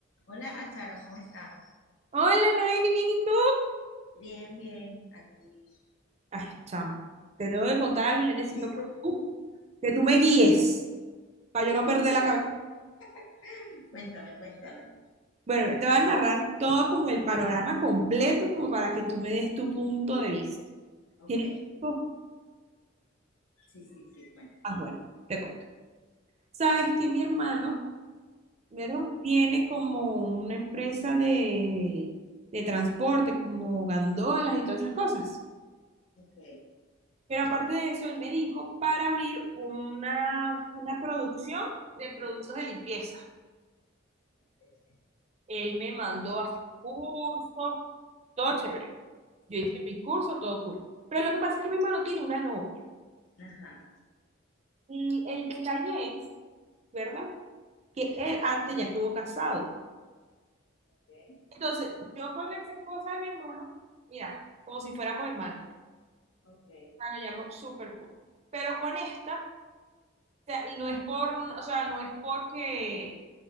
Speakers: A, on the left; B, on the right.
A: Hola, Charon, ¿cómo estás?
B: Hola Noeli, bien, ¿y tú?
A: Bien, bien, aquí.
B: Ay, chama, te tengo que contar algo, yo necesito
A: ¿Y
B: que
A: tú?
B: tú, que tú me guíes para yo no perder la cabeza.
A: <laughs> Cuéntame, cuéntame.
B: Bueno, te voy a narrar todo como el panorama completo, como para que tú me des tu punto de vista.
A: Ok,
B: ¿Tienes tiempo?
A: sí, sí, sí, cuéntame.
B: Ah, bueno, te cuento. Sabes que mi hermano, mi hermano tiene como una empresa de, de transporte, como gandolas y todas esas cosas.
A: Ok,
B: Pero aparte de eso, él me dijo para abrir una, una producción de productos de limpieza.
A: ok.
B: Él me mandó a hacer cursos, todo chévere. Yo hice mis cursos, todo cool. Pero lo que pasa es que mi hermano tiene una novia.
A: Ajá,
B: Y el detalle es, ¿verdad? Que él antes ya estuvo casado.
A: ok,
B: Entonces, yo con la ex esposa de mi hermano, mira, como si fuéramos hermanas.
A: ok.
B: Ah, lo llamo super cool. Pero con esta, o sea, y no es por, o sea, no es porque